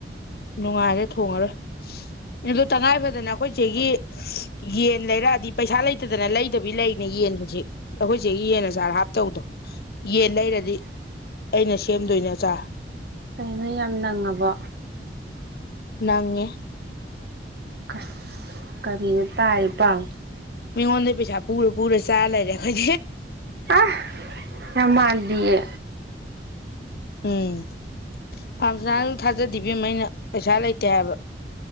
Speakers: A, on the left (about 55°); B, on the right (about 60°).
A: ꯅꯨꯡꯉꯥꯏꯔꯦ ꯊꯣꯡꯉꯔꯣꯏ ꯑꯗꯨ ꯇꯉꯥꯏ ꯐꯗꯅ ꯑꯩꯈꯣꯏꯁꯤꯦꯒꯤ ꯌꯦꯟ ꯂꯩꯔꯛꯑꯗꯤ ꯄꯩꯁꯥ ꯂꯩꯇꯗꯅ ꯂꯩꯗꯕꯤ ꯂꯩꯅꯦ ꯌꯦꯟ ꯍꯧꯖꯤꯛ ꯑꯩꯈꯣꯏꯁꯤꯦꯒꯤ ꯌꯦꯟ ꯑꯆꯥꯔ ꯍꯥꯞꯇꯧꯗꯣ ꯌꯦꯟ ꯂꯩꯔꯗꯤ ꯑꯩꯅ ꯁꯦꯝꯗꯣꯏꯅꯦ ꯑꯆꯥꯔ
B: ꯅꯣꯏ ꯌꯥꯝ ꯅꯪꯉꯕ
A: ꯅꯪꯦ
B: ꯀ ꯀꯔꯤ ꯇꯥꯏ ꯄꯥꯎ
A: ꯃꯤ ꯑꯣꯟꯗ ꯄꯩꯁꯥ ꯄꯨꯔꯣ ꯄ ꯄꯨꯔꯥ ꯆꯥꯂꯥꯏꯔ ꯈꯣꯏ
B: ꯑ ꯌꯥꯝ ꯃꯥꯗꯤꯑꯦ
A: ꯎꯝ ꯐꯥꯝꯁꯤꯅꯥ ꯑꯗꯨꯝ ꯊꯥꯖꯗꯕꯤꯦꯝꯃꯩꯅ ꯄꯩꯁꯥ ꯂꯩꯇꯦ ꯍꯥꯏꯕ